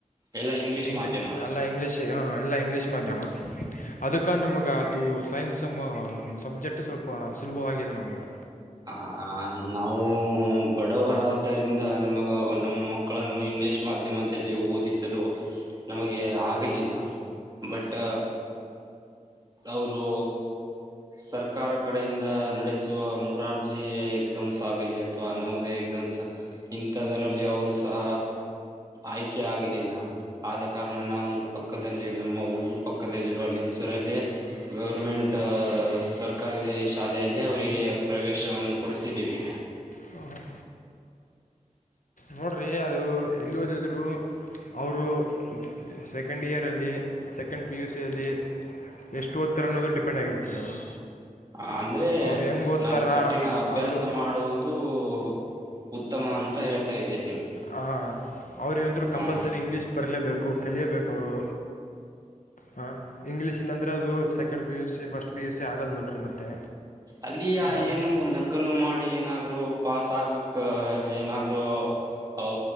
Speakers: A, on the right; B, on the left.
A: ಎಲ್ಲ ಇಂಗ್ಲಿಷ್
B: ಇಂಗ್ಲಿ
A: ಮಾಧ್ಯಮ
B: ಅಲ್ಲ ಇಂಗ್ಲಿಷ್. ಹ ಎಲ್ಲಾ ಇಂಗ್ಲೀಷ್ ಮಾಧ್ಯಮ ಅದಕ್ಕ ನಮಗ ಅದು ಸೈನ್ಸ್ ಸಬ್ಜೆಕ್ಟ್ ಸ್ವಲ್ಪ ಸುಲಭವಾಗಿದೆ ನಮ್ಗೆ.
A: ಆ ನಾವು ಬಡವರಾದ. ಇದರಿಂದ ನಮಗ ನಮ್ಮ ಮಕ್ಕಳನ್ನು ಇಂಗ್ಲಿಷ್ ಮಾಧ್ಯಮದಲ್ಲಿ ಓದಿಸಲು. ನಮಗೆ ಆಗಲಿಲ್ಲ ಬಟ್. ಅವರು.... ಸರ್ಕಾರಕ್ಕೆ ಕಡೆಯಿಂದ ನಡೆಸುವ ಮೂರಾರ್ಜಿ ಎಕ್ಸಾಮ್ಸ್ ಆಗಲಿ ಅಥವಾ ನವೋದೆಯೇ ಎಕ್ಸಾಮ್ಸ್. ಇಂಥದರಲ್ಲಿ ಅವರು ಸಹ. ಆಯ್ಕೆ ಆಗಲಿಲ್ಲ ಆದ ಕಾರಣ ನಾವು ಪಕ್ಕದಲ್ಲಿ ನಮ್ಮ ಊರು ಪಕ್ಕದಲ್ಲಿರೋಲ್ಲಿ. ಸೂರಲ್ಲಿ ಗೌರ್ಮೆಂಟ್.... ಸರ್ಕಾರಿ ಶಾಲೆಯಲ್ಲಿ ಅವರಿಗೆ ಪ್ರವೇಶವನ್ನು ಕೊಡಿಸಿದ್ದೀವಿ.
B: ಹಓಹ ನೋಡ್ರಿ ಅದು ಎಲ್ಲಿ ಓದಿದ್ರೋ. ಅವರು ಸೆಕೆಂಡ್ ಇಯರಲ್ಲಿ ಸೆಕೆಂಡ್ ಪಿ ಯು ಸಿಯಲ್ಲಿ. ಎಷ್ಟು ಓದುತ್ತಿರ ಅನ್ನೋದು ಡಿಪೆಂಡ್ ಆಗಿರ್ತೀ ಅವರು.
A: ಹ ಅಂದ್ರೆ
B: ಅವ್ರು ಹೆಂಗೆ ಓದ್ತಾರ
A: ನಾವು ಕಠಿಣ ಅಭ್ಯಾಸ
B: ಅವರು
A: ಮಾಡುವುದು. ಇದು ಉತ್ತಮ ಅಂತ ಹೇಳ್ತಾ ಇದ್ದೀರಿ ನೀವು.
B: ಹಾ ಅವರು ಏನಾದ್ರು ಕಂಪಲ್ಸರಿ
A: ಹಾಂ
B: ಇಂಗ್ಲೀಷ್ ಬರಲೇಬೇಕು ಕಲಿಯೇಬೇಕು ಅವರು. ಹಾ ಇಂಗ್ಲೀಷ್ ಇಲ್ಲ ಅಂದ್ರೆ ಅದು second P U C first P U C ಆಗಲ್ಲ ನೋಡಿರಿ ಮತ್ತೆ.
A: ಅಲ್ಲಿ
B: ಹಾಂ ರೀ
A: ಏನು. ಕಲ್ಲು ಮಾಡಿ ಏನಾದ್ರು ಪಸ್ ಆಗಕ್ ಏನಾದ್ರು. ಅವ